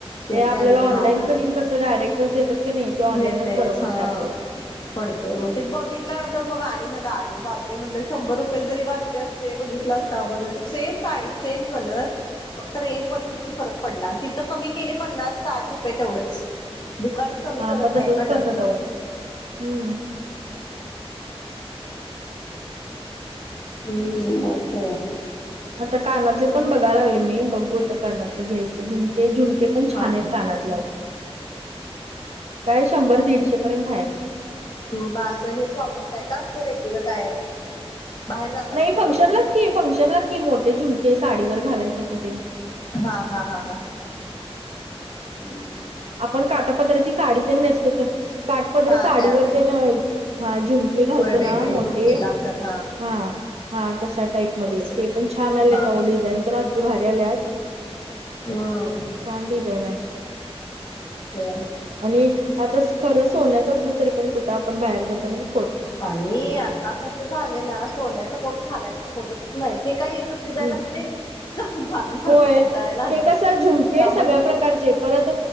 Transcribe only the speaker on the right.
ते आपल्याला
ऑनलाईन
कणी कसं डायरेक्ट देतात क नाही ते ऑनलाईनच
बरं पडतं
आपल्याला.
हा
मग
तसंच
करतात
अहो हम्म
आता कानातले पण बघायला लागले मी बघूत कानातलं घ्यायचे झुमके झुमके पण छान
आहेत कानात लाऊ काय शंभर दीडशे पर्यंत आहेत
नाही
फंक्शनलाच की फंक्शनलाच की मोठे झुमके साडीवर घालायसाठी तेन
आपण काटापदराची साडी ते नेसतो का काटपदर
साडीवर
तेन हा झुमके घालतो
ना मोठे
हा हा तशा टाईप मध्ये
ते पण छान आलेयत
अवो डिझाईन तर असले भारी आल्यात
छान डिझाईन आहे
आणि आता खर सोन्याच असलं तरी पण कुठं आपण बाहेर जातानाच
हम्म
होय
हे
कसं झुमके
सगळ्या प्रकारचे परत